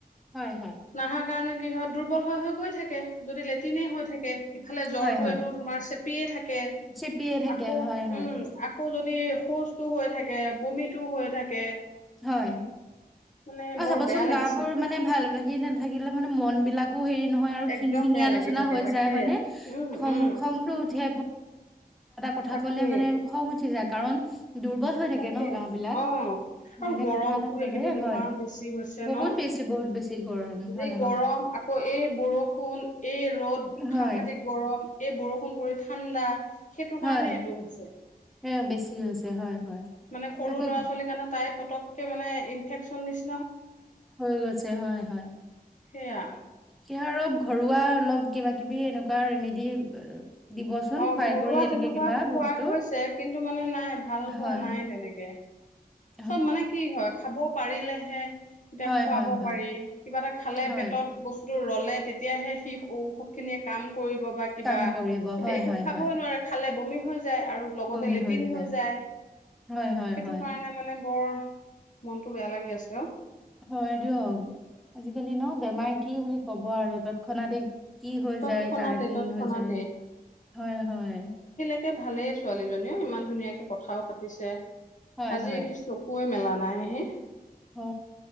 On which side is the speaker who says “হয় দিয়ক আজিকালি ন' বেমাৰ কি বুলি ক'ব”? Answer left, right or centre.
Centre